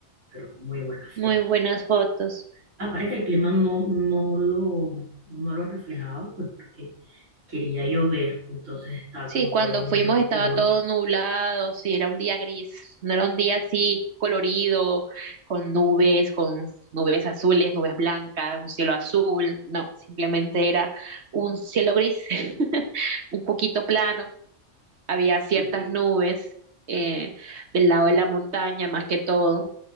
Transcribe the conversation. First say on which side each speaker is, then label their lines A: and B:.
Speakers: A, on the right (about 80°); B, on the right (about 60°).
A: pero muy buenas
B: muy
A: fotos.
B: buenas fotos.
A: Aparte que el clima no, no lo, no lo reflejaba, pues porque quería llover, entonces estaba
B: Sí,
A: como
B: cuando
A: todo muy
B: fuimos
A: oscuro.
B: estaba todo nublado, sí, era un día gris, no era un día así colorido, con nubes, con nubes azules, nubes blancas, un cielo azul, no, simplemente era un cielo gris, <laughs> un poquito plano, había ciertas
A: Sí.
B: nubes eh, del lado de la montaña más que todo,